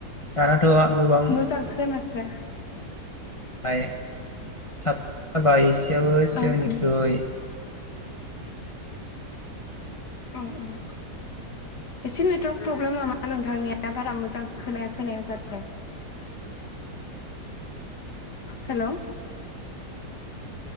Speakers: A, on the left (about 20°); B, on the left (about 70°).
A: दानाथ' गोबां
B: मोजां खोनास्राया
A: बाय साब जाबाय एसेयाबो सिगांनिख्रुय
B: ओं ओं औ उम। एसे नेटवारक प्रब्लेम नामा नोंथांनिया बारा मोजां खोनाया खोनाया जादों हेल'